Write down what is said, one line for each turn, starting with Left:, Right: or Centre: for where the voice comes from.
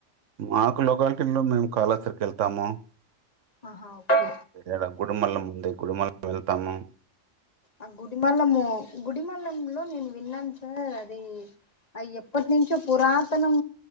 Right: మాకు లోలకాలిటీలో మేము కాళాస్త్రీకి వెళ్తాము,
Left: ఆహా ఓకే
Right: ఈడ గుడిమల్లం దగ్ గుడిమల్లం వెళ్తాము
Left: ఆ గుడిమల్లము గుడిమల్లం నేను విన్నాను సార్ అది అ ఎప్పటి నుంచో పురాతనం